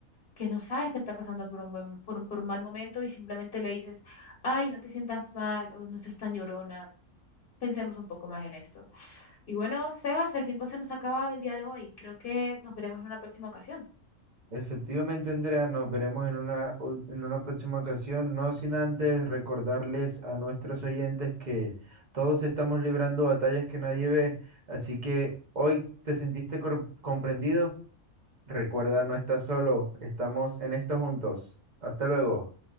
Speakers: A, on the left; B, on the right.
A: que no sabes que está pasando por un buen, por un, por un mal momento y simplemente le dices, ay, no te sientas mal o no seas tan llorona. Pensemos un poco más en esto. Y bueno, Sebas, el tiempo se nos ha acabado el día de hoy. Creo que nos veremos en una próxima ocasión.
B: Efectivamente, Andrea, nos veremos en una, ul- en una próxima ocasión, no sin antes recordarles a nuestros oyentes que todos estamos librando batallas que nadie ve, así que hoy te sentiste cor- comprendido. Recuerda, no estás solo, estamos en esto juntos. Hasta luego.